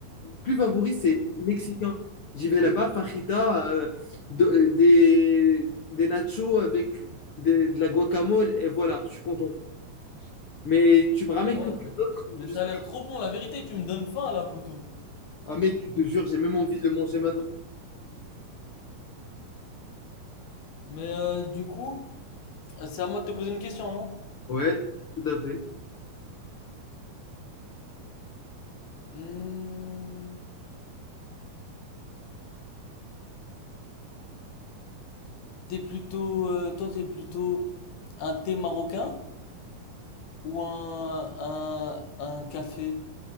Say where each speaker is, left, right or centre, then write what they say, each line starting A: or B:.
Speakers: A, on the left; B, on the left.
A: plus favori, c'est mexicain. J'y vais là-bas, fajita, euh, de- euh, des, des nachos avec des- de la guacamole, et voilà, je suis content. Mais tu me ramènes
B: Oh,
A: quelque
B: ça-
A: chose d'autre,
B: mais
A: je
B: ça
A: sais.
B: a l'air trop bon. La vérité, tu me donnes faim là, poteau.
A: Ah mec, je te jure, j'ai même envie de le manger maintenant.
B: Mais euh, du coup, c'est à moi de te poser une question, non?
A: Ouais, tout à fait.
B: Hmm. T'es plutôt, euh, toi, t'es plutôt un thé marocain ou un, un, un café?